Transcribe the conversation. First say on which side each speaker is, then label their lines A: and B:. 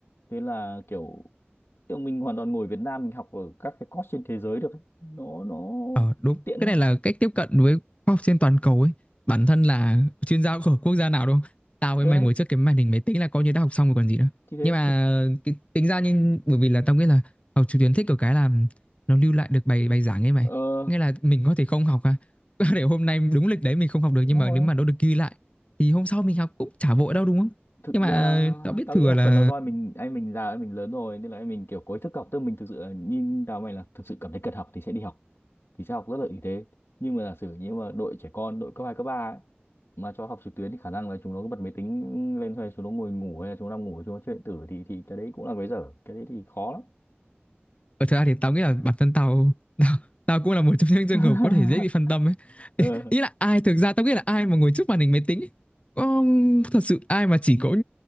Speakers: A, on the left; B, on the left.
A: thế là kiểu kiểu mình hoàn toàn ngồi Việt Nam mình học ở các cái course trên thế giới được ấy. nó nó
B: Ờ đúng,
A: tiện
B: cái
A: mà
B: này là cách tiếp cận với khoa học trên toàn cầu ấy. Bản thân là chuyên gia của quốc gia nào đâu. Tao với
A: ở
B: mày
A: đấy
B: ngồi trước cái màn hình máy tính là coi như đã học xong rồi còn gì nữa.
A: thì thế
B: Nhưng mà
A: thực
B: cái, tính ra nhưng bởi vì là tao nghĩ là học trực tuyến thích ở cái là nó lưu lại được bài bài giảng ấy mày.
A: ờ
B: Nghĩa là mình có thể không học à. <laughs> Để hôm nay đúng lịch đấy mình không học được
A: đúng
B: nhưng mà
A: rồi
B: nếu mà nó được ghi lại thì hôm sau mình học cũng chả vội đâu đúng không?
A: thực
B: Nhưng
A: ra
B: mà tao biết
A: tao
B: thừa
A: nghĩ một
B: là
A: phần là do em mình anh mình già anh mình lớn rồi nên là anh mình kiểu có ý thức học tức mình thực sự là nhìn tao mày là thực sự cảm thấy cần học thì sẽ đi học thì sẽ học rất là ý thế nhưng mà giả sử như mà đội trẻ con đội cấp hai cấp ba ấy, mà cho học trực tuyến thì khả năng là chúng nó cứ bật máy tính lên hay chúng nó ngồi ngủ hay là chúng nó nằm ngủ chúng nó chơi điện tử thì thì cái đấy cũng là cái dở cái đấy thì khó lắm
B: ở thực ra thì tao nghĩ là bản thân tao <laughs> tao, tao cũng là một trong những
A: <laughs>
B: trường hợp có thể dễ bị phân tâm ấy
A: Ờ,
B: ý là ai thực ra tao nghĩ là ai mà ngồi trước màn hình máy tính ấy, có thật sự ai mà chỉ có